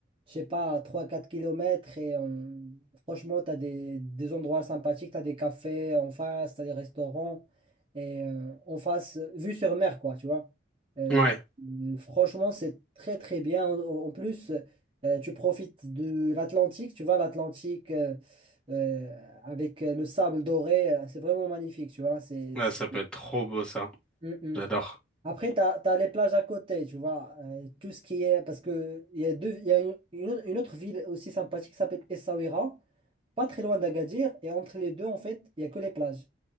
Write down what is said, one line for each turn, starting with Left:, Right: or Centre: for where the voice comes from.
Right: je sais pas, trois quatre kilomètres. Et euh, franchement, tu as des, des endroits sympathiques, tu as des cafés en face, tu as des restaurants. Et euh, en face, euh, vue sur mer, quoi, tu vois. Euh,
Centre: Ouais,
Right: euh, franchement, c'est très, très bien. En, en plus, euh, tu profites de l'Atlantique, tu vois, l'Atlantique euh, euh, avec euh, le sable doré, euh, c'est vraiment magnifique, tu vois. C'est,
Centre: Ouais,
Right: c'est-
Centre: ça peut être trop beau, ça.
Right: Mm,
Centre: J'adore.
Right: mm. Après, tu as, les plages à côté, tu vois. euh, tout ce qui est. Parce que il y a, deux, il y a une, une- une autre ville aussi sympathique qui s'appelle Essaouira, pas très loin d'Agadir. Et entre les deux, en fait, il n'y a que les plages.